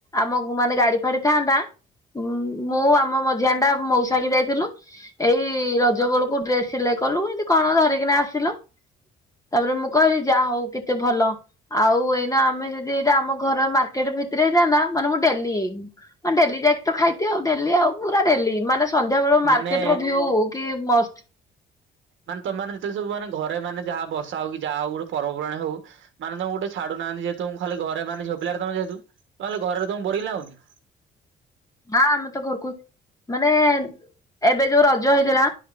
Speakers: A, on the left; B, on the right.
A: ଆମକୁ ମାନେ ଗାଡି ଫାଡି ଥାନ୍ତା ମୁଁ ଆମ ମଝିଆଁଣିଟା ମଉଷାକି ଯାଇଥିଲୁ। ଏଇ ରଜ ବେଳକୁ ଡ୍ରେସ୍ ସିଲେଇ କଲୁ ଏମିତି କଣ ଧରିକିନା ଆସିଲୁ। ତାପରେ ମୁଁ କହିଲି ଯାହା ହୋଉ କେତେ ଭଲ। ଆଉ ଏଇନା ଆମେ ଯଦି ଏଇଟା ଆମ ଘର ମାର୍କେଟ ଭିତରେ ହେଇଥାନ୍ତା ମାନେ ମୁଁ ଡେଲି ଆଁ ଡେଲି ଯାଇକି ତ ଖାଇତେ ଆଉ ଡେଲି ଆଉ ପୁରା ଡେଲି ମାନେ ସନ୍ଧ୍ୟାବୋଳୋ
B: ମାନେ
A: ମାର୍କେଟର ଭୀୟୁ କି ମସ୍ତ୍।
B: ମାନେ ତମେ ଯେତୋବୋଳେ ସବୁ ମାନେ ଘରେ ମାନେ ଯହା ବର୍ଷା ହୋଉ କି ଯାହା ହୋଉ ଗୋଟେ ପର୍ବପର୍ବାଣୀ ହୋଉ ମାନେ ତମକୁ ଗୁଟେ ଛାଡୁନାହାନ୍ତି ଯେହେତୁ ଉଁ ଖାଲି ଘରେ ମାନେ ଝିଅ ପିଲାଟେ ତମେ ଯେହେତୁ ତମେ ଖାଲି ଘରେ ରୋହୁ ତମକୁ ବୋରିଙ୍ଗି ଲାଗୁନି।
A: ନାଁ ଆମେ ତ ଘରୁକୁ ମାନେ ଏବେ ଯୋଉ ରଜ ହେଇଥିଲା